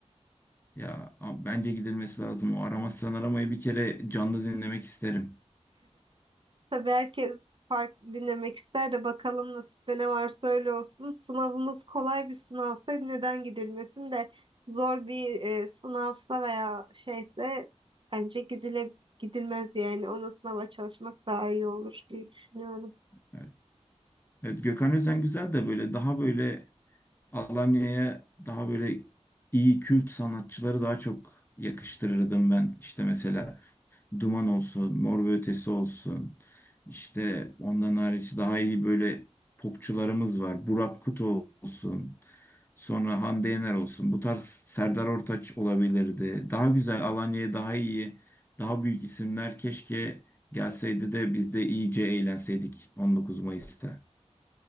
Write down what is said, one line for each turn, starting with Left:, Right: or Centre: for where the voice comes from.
Left: Ya a- bence gidilmesi lazım. O aramazsan aramayı bir kere canlı dinlemek isterim.
Right: Tabii herkes farklı dinlemek ister de bakalım nasipte ne varsa öyle olsun. Sınavımız kolay bir sınavsa neden gidilmesin de zor bir e, sınavsa veya şeyse bence gidile gidilmez yani. Ona sınava çalışmak daha iyi olur diye düşünüyorum.
Left: Evet, Evet, Gökhan Özen güzel de böyle daha böyle Alanya'ya daha böyle iyi kült sanatçıları daha çok yakıştırırdım ben. İşte mesela Duman olsun, Mor ve Ötesi olsun. İşte ondan hariç daha iyi böyle popçularımız var. Burak Kut olsun. Sonra Hande Yener olsun. Bu tarz Serdar Ortaç olabilirdi. Daha güzel Alanya'ya daha iyi, daha büyük isimler keşke gelseydi de biz de iyice eğlenseydik 19 Mayıs'ta.